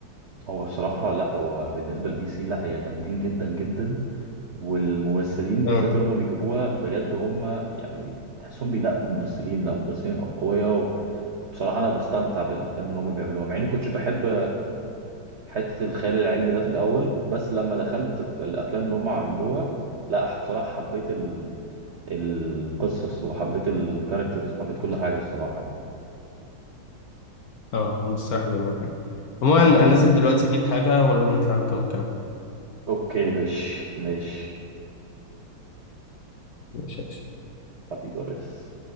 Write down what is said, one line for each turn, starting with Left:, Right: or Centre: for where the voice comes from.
Right: هو بصراحه لا هو بالنسبه لدي سي لا هي جامدين جدا جدا والممثلين بالذات
Left: اه
Right: اللي هم بيجيبوها بجد هم يعني تحسهم بينقوا الممثلين لا الممثلين اقوياء بصراحه انا بستمتع بالافلام اللي هم بيعملوها مع اني كنتش بحب حتة الخيال العلمي ده في الأول بس لما دخلت في الأفلام اللي هم عملوها لا ح- بصراحة حبيت ال... القصص وحبيت الكاركترز وحبيت كل حاجة الصراحة يعني
Left: اه هم الصراحة بيعملوا حاجة عموما أنا نازل دلوقتي أجيب حاجة ولما نطلع نكمل كلام
Right: أوكي ماشي ماشي
Left: ماشي يا باشا.
Right: حبيبي يا ريس